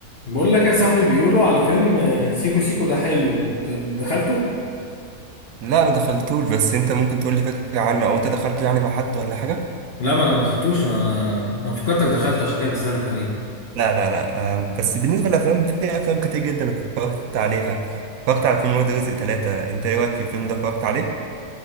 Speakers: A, on the left (about 45°); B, on the right (about 70°).
A: بقول لك يا صاحبي بيقولوا على فيلم آه، سيكو سيكو ده حلو انت دخلته
B: لا ما دخلتوش بس انت ممكن تقول لي فكره عنه او انت دخلته يعني مع حد ولا حاجه
A: لا ما انا ما دخلتوش ما انا انا فكرتك دخلت عشان كده بسألك عليه
B: لا لا لا آم، بس بالنسبه للافلام في افلام كتير جدا اتفرجت عليها اتفرجت على فيلم ولاد رزق ثلاثة انت ايه رايك في الفيلم ده اتفرجت عليه